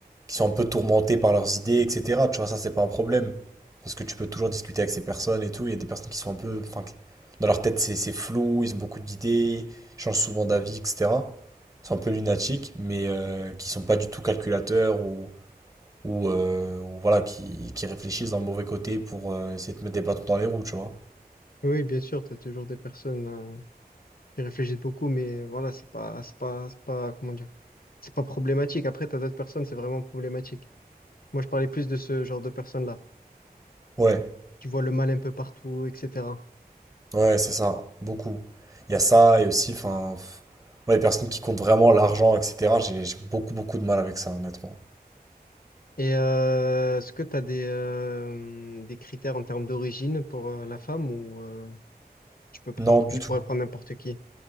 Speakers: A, on the right; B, on the left.
A: qui sont un peu tourmentées par leurs idées, etc. Tu vois, ça, c'est pas un problème. Parce que tu peux toujours discuter avec ces personnes et tout. Il y a des personnes qui sont un peu. Enfin, qui- dans leur tête, c'est c'est flou, ils ont beaucoup d'idées, ils changent souvent d'avis, etc. Ils sont un peu lunatiques, mais euh, qui sont pas du tout calculateurs ou ou, euh, ou voilà, qui, qui réfléchissent d'un mauvais côté pour euh, essayer de te mettre des bâtons dans les roues, tu vois.
B: Oui, bien sûr, t'as toujours des personnes. euh, J'y réfléchis beaucoup, mais voilà, c'est pas, c'est pas, c'est pas, comment dire, c'est pas problématique. Après, t'as d'autres personnes, c'est vraiment problématique. Moi, je parlais plus de ce genre de personnes-là,
A: Ouais,
B: qui voient le mal un peu partout, etc.
A: ouais, c'est ça, beaucoup. Il y a ça, et aussi, enfin, pff, moi, les personnes qui comptent vraiment l'argent, etc., j'ai j'ai beaucoup, beaucoup de mal avec ça, honnêtement.
B: Et euh, est-ce que t'as des, euh, des critères en termes d'origine pour euh, la femme ou euh, tu peux prendre,
A: Non, du
B: tu
A: tout.
B: pourrais prendre n'importe qui?